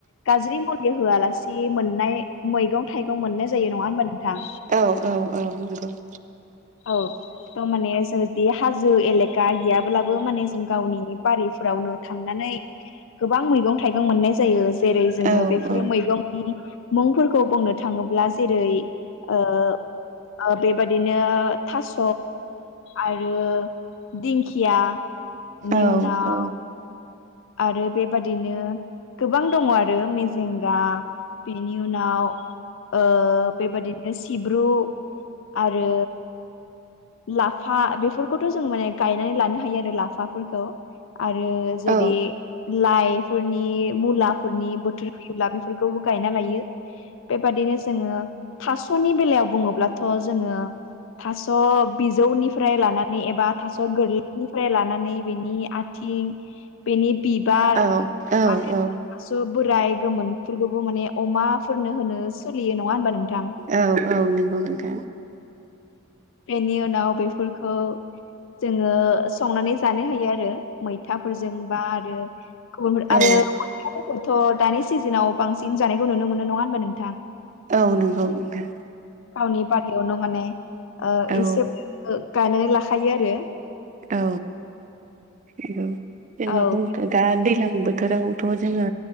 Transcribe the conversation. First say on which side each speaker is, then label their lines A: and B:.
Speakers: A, on the left; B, on the right.
A: गाज्रि मुलि होआलासे मोननाय मैगं थाइगं मोननाय जायो नङा होमबा नोंथां।
B: औ औ औ नंगौ।
A: औ। थ' माने जो बे हाजो एलेखा याब्लाबो माने जों गावनि बारिफोरावनो थांनानै गोबां मैगं थाइगं मोननाय जायो जेरै जोङो
B: औ
A: बेफोरो
B: औ
A: मैगंनि मुंफोरखौ बुंनो थाङोब्ला जेरै ओ ओ बेबादिनो थास' आरो दिंखिया बिनि
B: औ
A: उनाव
B: औ
A: आरो बेबादिनो गोबां दङ' आरो मेजेंगा बिनि उनाव ओ बेबायदिनो सिब्रु आरो लाफा बेफोरखौथ' जों माने गायनानै लानो हायो आरो लाफाफोरखौ। आरो जुदि
B: औ
A: लाइ फोरनि मुला फोरनि बोथोर फैयोब्ला बेफोरखौबो गायना लायो। बेबादिनो जोङो थास'नि बेलायाव बुङोब्लाथ' जोङो थास' बिजौनिफ्राय लानानै एबा थास' गोरलैनिफ्राय लानानै बेनि आ थिं बेनि बिबार
B: औ औ
A: आरो थास' बोराय गोमोन फोरखौबो माने अमा फोरनो होनो सोलियो नङा होनबा नोंथां?
B: औ औ नोंगौ नोंथां।
A: बेनि उनाव बेफोरखौ जोङो संनानै जानो हायो आरो मैथाफोरजों बा आरो गुबुन आरो
B: औ
A: <unintelligible> फोरखौथ' दानि सिजोनाव बांसिन जानायखौ नुनो मोनो नङा होनबा नोंथां?
B: औ नंगौ नोंथां।
A: गावनि बारियावनो माने ओ
B: औ
A: एसे गायनानै लाखायो आरो।
B: औ। नोंगौ जोंना
A: औ
B: बुं <unintelligible> दा दैलां बोथोरावथ' जोङो